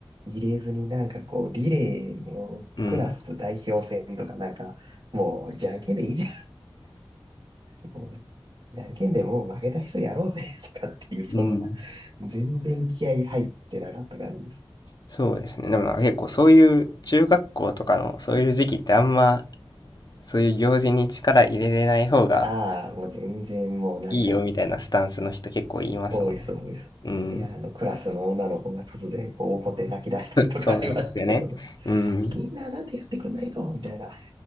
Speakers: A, on the right; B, on the left.
A: 入れずになんかこう、リレーのクラス代表戦とかなんか、
B: うん、
A: もうじゃんけんでいいじゃん。もうじゃんけんでもう負けた人やろうぜとかっていう、そんな、
B: うん。
A: 全然気合入ってなかった感じです。
B: そうですね。でもなんか結構そういう中学校とかのそういう時期ってあんまそういう行事に力入れれない方が
A: ああ、もう全然もうなんか、
B: いいよみたいなスタンスの人結構いますもんね。
A: 多いっす、多いっす。
B: うん。
A: で、あの、クラスの女の子が突然こう怒って泣き出したりとかありましたよ。
B: そうなんですよね。うん。
A: みんななんでやってくんないのみたいな。